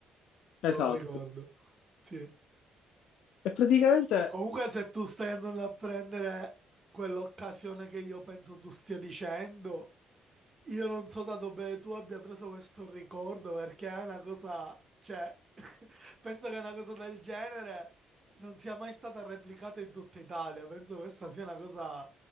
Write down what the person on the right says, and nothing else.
lo
ricordo. Sì.
Comunque, se tu stai andando a prendere quell'occasione che io penso tu stia dicendo... Io non so da dove tu abbia preso questo ricordo perché è una cosa, cioè, <laughs> penso che una cosa del genere non sia mai stata replicata in tutta Italia. Penso questa sia una cosa